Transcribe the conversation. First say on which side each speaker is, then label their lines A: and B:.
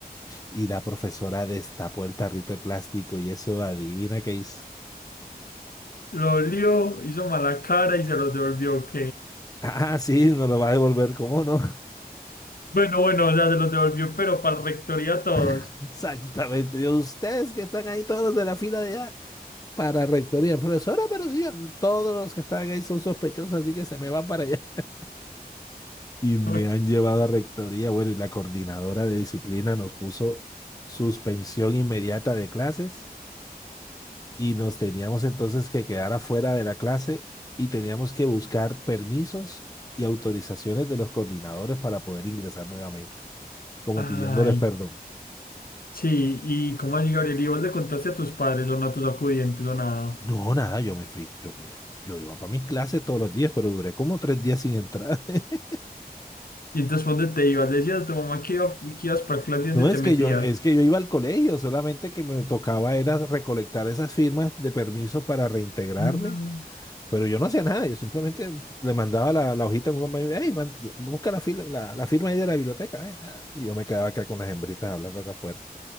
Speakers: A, on the left; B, on the left.
A: Y la profesora destapó el tarrito de plástico y eso, adivina qué hizo. <laughs>
B: Lo olió, hizo mala cara y se los devolvió, ok.
A: Ah, sí, nos lo va a devolver, ¿cómo no?
B: Bueno, bueno, o sea, se los devolvió, pero para la rectoría a todos.
A: <laughs> Exactamente. Dios, ustedes que están ahí todos de la fila de allá. para rectoría. Profesora, pero sí, todos los que están ahí son sospechosos, así que se me van para allá. <laughs> Y me
B: <laughs>
A: han llevado a rectoría. Bueno, y la coordinadora de disciplina nos puso suspensión inmediata de clases y nos teníamos entonces que quedar afuera de la clase y teníamos que buscar permisos y autorizaciones de los coordinadores para poder ingresar nuevamente, como
B: Ay,
A: pidiéndoles perdón.
B: sí, y cómo así, Gabriel, y vos le contaste a tus padres o no a tus acudientes o nada.
A: No, nada, yo me fui, yo me, yo iba para mis clases todos los días, pero duré como tres días sin entrar. <laughs>
B: Y entonces, ¿dónde te ibas? Le decías a tu mamá que, iba- que ibas para clase
A: No
B: y dónde te
A: es
B: metías.
A: que yo, es que yo iba al colegio, solamente que me tocaba era recolectar esas firmas de permiso para reintegrarme,
B: Mm.
A: pero yo no hacía nada, yo simplemente le mandaba la, la hojita a un amigo, hey, man, busca la, fila- la, la firma ahí de la biblioteca, eh, ah, y yo me quedaba acá con las hembritas hablando acá afuera,